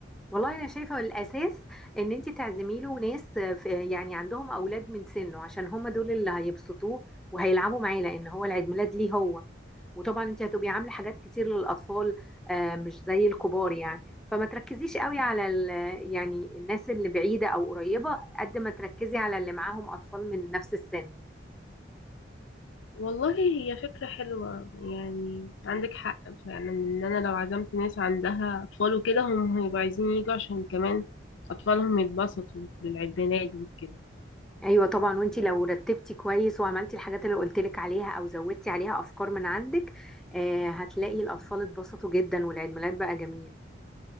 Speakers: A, in the centre; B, on the left.
A: والله انا شايفه الاساس ان انت تعزمي له ناس آه، في- يعني عندهم اولاد من سنه عشان هم دول اللي هيبسطوه وهيلعبوا معاه لان هو العيد ميلاد ليه هو وطبعا انت هتبقي عامله حاجات كتير للاطفال آه، مش زي الكبار يعني فما تركزيش قوي على ال- يعني الناس اللي بعيده او قريبه قد ما تركزي على اللي معاهم اطفال من نفس السن
B: والله هي فكرة حلوة يعني عندك حق فعلا ان انا لو عزمت ناس عندها اطفال وكده هم هيبقوا عايزين يجوا عشان كمان اطفالهم يتبسطوا بالعيد ميلاد وكده
A: ايوه طبعا وانت لو رتبتي كويس وعملتي الحاجات اللي قلت لك عليها او زودتي عليها افكار من عندك آه، هتلاقي الاطفال اتبسطوا جدا والعيد ميلاد بقى جميل